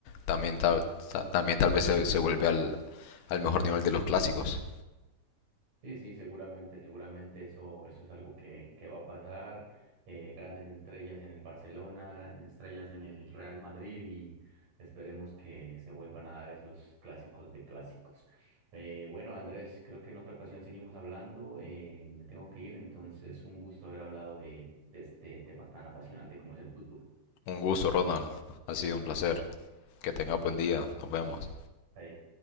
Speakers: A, on the left; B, on the right.
A: también tal, ta- también tal vez se, se vuelve al, al mejor nivel de los clásicos.
B: Sí, sí, seguramente, seguramente eso, eso es algo que, que va a pasar. Eh, grandes estrellas en el Barcelona, grandes estrellas en el Real Madrid y esperemos que se vuelvan a dar esos clásicos de clásicos. Eh, bueno, Andrés, creo que en otra ocasión seguimos hablando. eh, me tengo que ir, entonces un gusto haber hablado de, de este tema tan apasionante como es el fútbol.
A: Un gusto, Ronald, ha sido un placer, que tengas buen día, nos vemos.
B: Ahí.